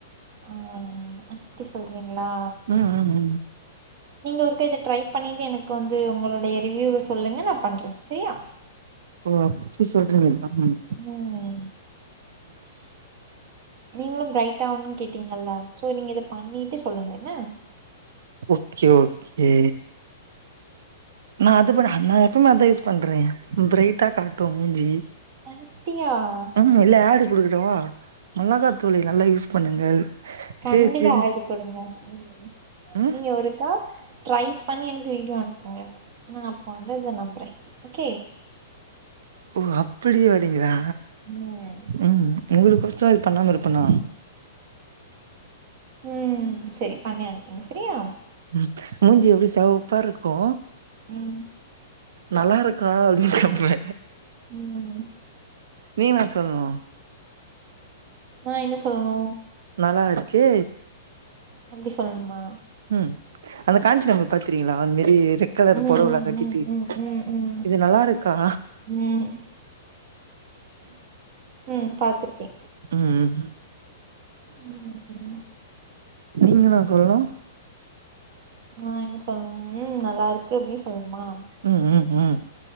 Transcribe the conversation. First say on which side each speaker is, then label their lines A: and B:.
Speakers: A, on the right (about 50°); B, on the right (about 65°).
A: ம் அப்டி சொல்றீங்ளா
B: ம் ம் ம்
A: நீங்க ஒருக்கா இத ட்ரை பண்ணிட்டு எனக்கு வந்து உங்களுடைய ரிவியூவ சொல்லுங்க நா பண்றே செரியா
B: ஓ அப்டி சொல்றீங்ளா ம்
A: ம் நீங்களு பிரைட் ஆகணுனு கேட்டீங்கள்ல சோ நீங்க இத பண்ணிட்டு சொல்லுங்க என்ன
B: ஓகே ஓகே நா அது பண்ண அத நா எப்பமே அதா யூஸ் பண்றே பிரைட்டா காட்டு மூஞ்சி
A: <unintelligible>
B: ம் ஹ் இல்ல ஆட் குடுக்கட்டவா நல்லதா தோழி நல்லா யூஸ் பண்ணுங்கள்
A: கண்டிப்பா
B: ஃபேஸில்
A: ஆட் குடுங்க ம்
B: ம்
A: நீங்க ஒருக்கா ட்ரை பண்ணி எனக்கு வீடியோ அனுப்புங்க நா அப்ப வந்து இத நம்றே ஓகே
B: ஓ அப்டியே வரிங்களா
A: ம்
B: ம் உங்களுக்கு பிடிச்சா அது பண்ணாம இருப்பனா
A: ம் செரி பண்ணி அனுப்புங்க செரியா
B: ம் மூஞ்சி எப்டி செவப்பா இருக்கு
A: ம்
B: நல்லா இருக்க அப்டின்னு கேப்பே
A: ம்
B: நீ தா சொல்னு
A: நா என்ன சொல்ணு
B: நல்லா இருக்கே
A: அப்டி சொல்ணுமா
B: ம் அந்த காஞ்சனவ்ல பாத்தீர்ங்ளா அது மெரி ரெட் கலர்
A: ம்
B: புடவுல்லா
A: ம்
B: கட்டிட்டு
A: ம் ம் ம் ம்
B: இது நல்லா இருக் கா
A: ம் ம் பாத்திருக்கே
B: ம்
A: ம்
B: நீங்கதா சொல்ணு
A: நா என்ன சொல்ணு ம் நல்லா இருக்கு அப்டின்னு சொல்லணுமா
B: ம் ம் ம்